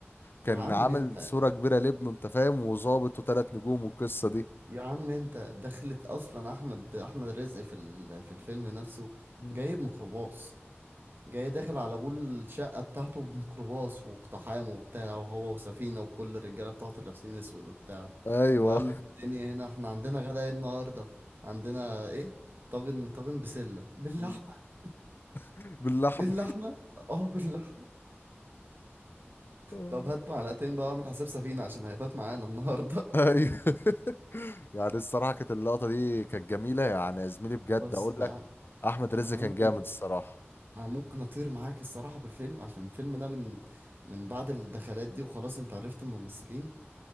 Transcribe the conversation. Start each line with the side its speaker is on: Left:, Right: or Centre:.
Left: كان
Right: يا عم
Left: عامل
Right: انت
Left: صورة كبيرة لابنه انت فاهم وظابط وثلاث نجوم والقصة دي
Right: يا عم انت دخلت اصلا احمد احمد الرزق في ال- في الفيلم نفسه
Left: مم.
Right: جايب ميكروباص جاي داخل على ابو الشقه بتاعته بميكروباص واقتحام وبتاع وهو وسفينه وكل الرجاله بتاعته لابسين اسود وبتاع
Left: ايوه
Right: وامن الدنيا هنا احنا عندنا غدا ايه النهارده عندنا ايه طاجن طاجن بسله باللحمه
Left: مم. <laughs> باللحمة
Right: باللحمه اه باللحمه
Left: آه.
Right: طب هات معلقتين بقى اعمل حساب سفينه عشان هيفات معانا النهارده
Left: ايوه <laughs> يعني الصراحة كانت اللقطة دي كانت جميلة يعني يا زميلي
Right: <laughs>
Left: بجد
Right: بس
Left: اقول
Right: بقى
Left: لك احمد رزق
Right: انا
Left: كان
Right: ممكن
Left: جامد الصراحة
Right: انا ممكن اطير معاك الصراحه بالفيلم عشان الفيلم ده من من بعد الدخلات دي وخلاص انت عرفت الممثلين